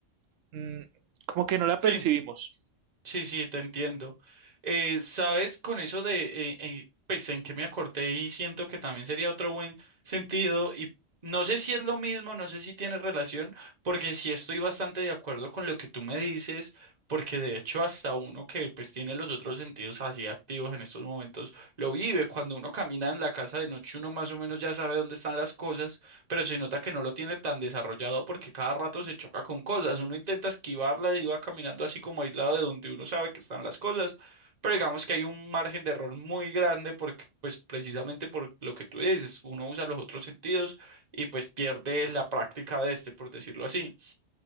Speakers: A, on the right; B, on the right.
A: mm, como que no la
B: Sí.
A: percibimos.
B: Sí, sí, te entiendo. Eh, sabes, con eso de, eh, eh, pues en que me acordé y siento que también sería otro buen sentido y no sé si es lo mismo, no sé si tiene relación, porque sí estoy bastante de acuerdo con lo que tú me dices, porque de hecho hasta uno que pues tiene los otros sentidos así activos en estos momentos, lo vive. Cuando uno camina en la casa de noche, uno más o menos ya sabe dónde están las cosas pero se nota que no lo tiene tan desarrollado porque cada rato se choca con cosas. Uno intenta esquivarla y va caminando así como aislado de donde uno sabe que están las cosas, pero digamos que hay un margen de error muy grande porque, pues precisamente por lo que tú dices, uno usa los otros sentidos y pues pierde la práctica de este, por decirlo así.